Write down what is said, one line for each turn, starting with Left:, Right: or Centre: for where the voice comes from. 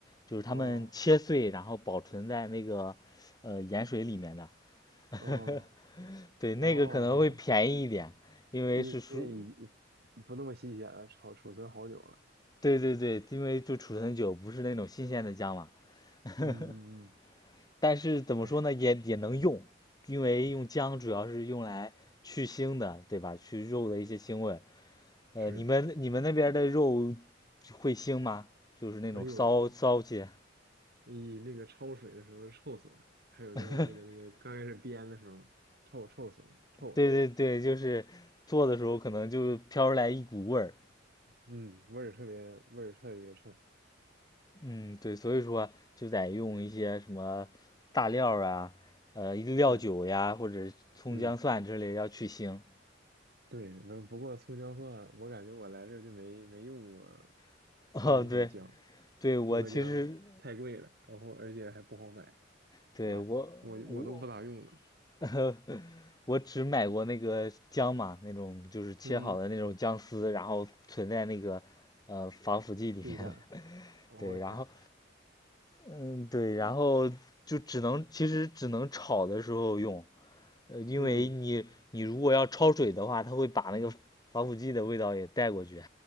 Left: 就是他们切碎，
Right: 哦
Left: 然后保存在那个呃盐水里面的。
Right: 哦
Left: <laughs> 对，那个可能会便宜一点，
Right: 哦，那
Left: 因为是储，
Right: 因为不那么新鲜了，储储存好久了。
Left: 对对对，因为就储存久，不是那种新鲜的姜嘛。<laughs>
Right: 嗯嗯嗯，
Left: 但是怎么说呢，
Right: 哎，
Left: 也也能用，因为用姜主要是用来去腥的，对吧？去肉的一些腥味呃，
Right: 是的，
Left: 你们你们那边的肉会腥吗？就是那种骚骚气。
Right: 哎呦，你那个焯水的时候臭死了，还有那个那个那个刚开始煸的时候臭臭死了，
Left: <laughs>
Right: 臭。
Left: 对对对，就是做的时候可能就飘出来一股味儿。
Right: 嗯，味儿特别味儿特别冲，
Left: 嗯，对，所以说就得用一些什么大料儿啊，呃，料酒呀，
Right: 是，
Left: 或者葱姜蒜之类要去腥。
Right: 嗯，对，不不过葱姜蒜，我感觉我来这儿就没没用过
Left: <laughs> 哦，
Right: 葱和姜，
Left: 对，对，我其实
Right: 葱和姜太贵了，然后而且还不好买，
Left: 对我我
Right: 买我我都不咋用了，
Left: <laughs> 我只买过那个姜嘛，那种就是切好的那种姜丝，
Right: 嗯，
Left: 然后存在那个呃防腐剂里面的。
Right: 冰箱，
Left: <laughs>
Right: 我天，
Left: 对，然后嗯，对，然后就只能其实只能炒的时候用，呃，因为你你如果要焯水的话，
Right: 嗯，
Left: 它会把那个防腐剂的味道也带过去。